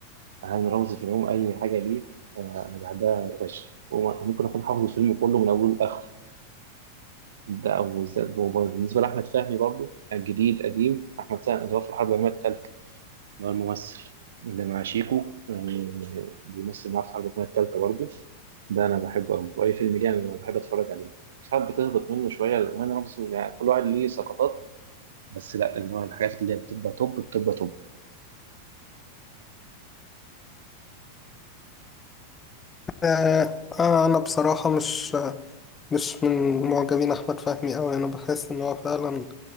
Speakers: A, on the right; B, on the left.
A: أهم رمز في العموم أي حاجة ليه آه، أنا بحبها فشخ وممكن أكون حافظ الفيلم كله من أوله لآخره ده أو ذات بموبايل بالنسبة لأحمد فهمي برضو الجديد قديم أحمد فهمي اللي هو في الحرب العالمية التالتة اللي هو الممثل اللي مع شيكو آه، بيمثل معاه في الحرب العالمية التالتة برضو ده أنا بحبه أوي وأي فيلم ليه أنا بحب أتفرج عليه ساعات بتهبط منه شوية وأنا رمز يعني كل واحد ليه سقطات بس لا اللي هو الحاجات اللي هي بتبقى توب بتبقى توب
B: آه، آه، أنا بصراحة مش آه، مش من معجبين أحمد فهمي أوي أنا بحس إن هو فعلا